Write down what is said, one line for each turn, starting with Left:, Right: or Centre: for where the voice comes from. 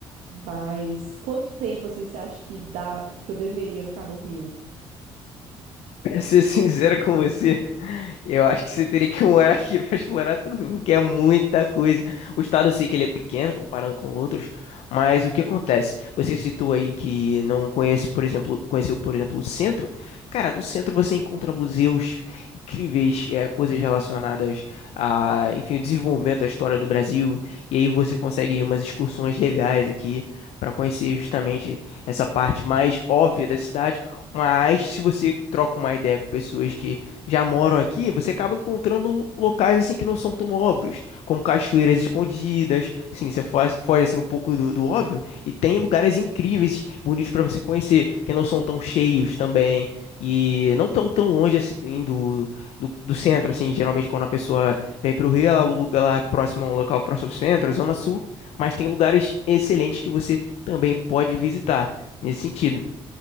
Right: Mas quanto tempo assim você acha que dá que eu deveria ficar no Rio?
Left: Pra ser sincero com você, eu acho que você teria que <laughs> morar aqui pra explorar tudo, porque é muita coisa. O estado eu sei que ele é pequeno comparando com outros, mas o que acontece? Você citou aí que não conhece, por exemplo, conheceu, por exemplo, o centro. Cara, no centro você encontra museus incríveis, é, coisas relacionadas a, enfim, o desenvolvimento da história do Brasil, e aí você consegue umas excursões legais aqui para conhecer justamente essa parte mais óbvia da cidade mas se você troca uma ideia com pessoas que já moram aqui, você acaba encontrando locais assim que não são tão óbvios, como cachoeiras escondidas. Sim, você foge, foge assim um pouco do, do óbvio e tem lugares incríveis, bonitos para você conhecer, que não são tão cheios também e não tão tão longe assim do, do, do centro assim. Geralmente quando a pessoa vem para o Rio, ela aluga lá próximo a um local próximo ao centro, a Zona Sul, mas tem lugares excelentes que você também pode visitar nesse sentido.